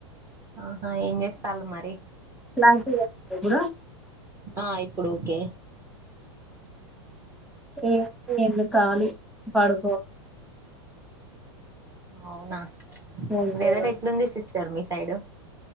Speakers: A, on the right; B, in the centre.
A: ఆహా ఏం చేస్తాల్లు మరి.
B: లాంటివి <inaudible> కూడా
A: ఆ ఇప్పుడు ఓకే.
B: ఏ ఏం లేదు కాలి పడు
A: అవునా
B: ఫోన్
A: వెదర్
B: చేయడం
A: ఎ ట్లుంది సిస్టర్ మీ సైడ్.